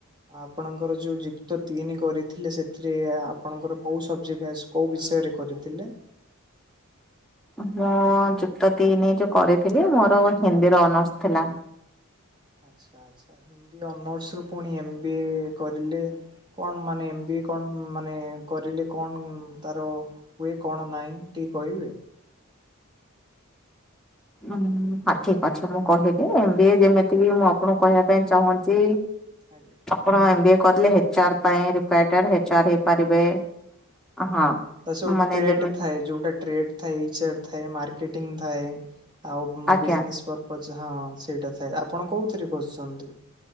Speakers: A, on the right; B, in the centre.
A: ଆପଣଙ୍କର ଯୋଉ ଯୁକ୍ତ ତିନି କରିଥିଲେ ସେଥିରେ ଆପଣଙ୍କର କୋଉଁ ସବଜେକ୍ଟ ଆସ କେଉଁ ବିଷୟରେ କରିଥିଲେ?
B: ମୁଁ ଯୁକ୍ତ ତିନି ଯୋଉ କରିଥିଲି ମୋର ହିନ୍ଦୀର ଅନର୍ସ ଥିଲା।
A: ଆଚ୍ଛା ଆଚ୍ଛା ହିନ୍ଦୀ ଅନର୍ସ ରୁ ପୁଣି ଏମ ବି ଏ କରିଲେ? କଣ ମାନେ ଏମ ବି କଣ ମାନେ କରିଲେ କଣ ତାର ହୁଏ କଣ ନାହିଁ ଟିକେ କହିବେ?
B: ଉୁଁ ହଁ ଠିକ ଅଛି ମୁଁ କହିବି ଏମ ବି ଏ ଯେମିତିକ
A: ଆଜ୍ଞା
B: ମୁଁ ଆପଣଙ୍କୁ କହିବା ପାଇଁ ଚାହୁଁଛି
A: ଆଜ୍ଞା।
B: ଆପଣ ଏମ ବି ଏ କଲେ ଏଚ୍ ଆର ପାଇଁ ରିକୁଆଟେଡ୍ ହେଚାର୍ ହେଇପାରିବେ। ହଁ।
A: ତ ସବୁ
B: ମାନେ
A: ଟ୍ରେଟ
B: ଯେମିତି
A: ଥାଏ ଯୋଉଟା ଟ୍ରେଟ ଥାଇ ଇଚାର୍ ଥାଏ ମାର୍କେଟିଙ୍ଗ ଥାଏ ଆଉ
B: ଆଜ୍ଞା
A: ବିଜନେସ ପରପୋଜ ପଛ ହଁ ସେଇଟା ଥାଏ ଆପଣ କୋଉଥିରେ କରୁଛନ୍ତି?